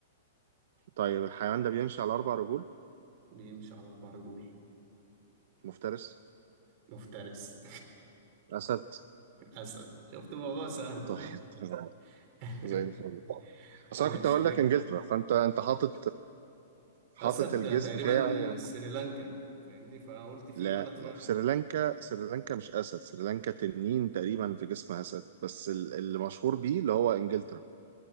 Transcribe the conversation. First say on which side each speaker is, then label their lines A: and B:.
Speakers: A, on the right; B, on the right.
A: طيب الحيوان ده بيمشي على أربع رجول
B: بيمشي على أربع رجول
A: مفترس
B: مفترس
A: أسد
B: <laughs> أسد شفت الموضوع سهل والله
A: طيب <laughs> تمام.
B: <laughs>
A: زي الفل اصل
B: ماشي
A: انا كنت هقول
B: بك
A: لك انجلترا فانت انت حاطط حاطط
B: أسد
A: الجيس
B: ده تقريبا
A: بتاعي
B: سريلانكا فاهمني فقلت في
A: لا
B: بلد فعلا
A: في سريلانكا سريلانكا مش اسد سريلانكا تنين تقريبا في جسم اسد بس ال- اللي مشهور بيه اللي هو انجلترا